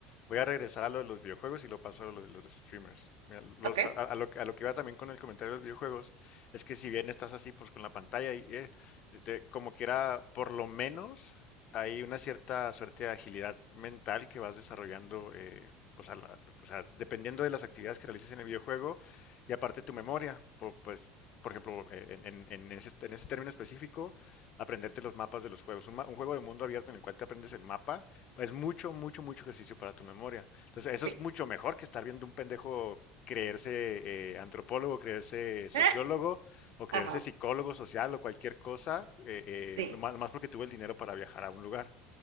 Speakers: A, on the left; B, on the right.
A: Voy a regresar a lo de los videojuegos y lo paso a lo de los streamers. Mira, los-
B: ¿Ok?
A: a, a- lo, que a lo que iba también con el comentario de los videojuegos es que si bien estás así pues con la pantalla y eh, te- como quiera, por lo menos hay una cierta suerte de agilidad mental que vas desarrollando, eh, pues a la- o sea, dependiendo de las actividades que realices en el videojuego y aparte tu memoria, po- pues por ejemplo, eh, en, en- en ese, en ese término específico, aprenderte los mapas de los juegos. Un, ma- un juego de mundo abierto en el cual te aprendes el mapa es mucho, mucho, mucho ejercicio para tu memoria. Entonces, eso
B: Sí.
A: es mucho mejor que estar viendo un pendejo creerse eh, antropólogo, creerse sociólogo
B: <laughs>
A: o creerse
B: Ajá.
A: psicólogo social o cualquier cosa, eh, eh,
B: Sí,
A: nomás- nomás porque tuvo el dinero para viajar a un lugar.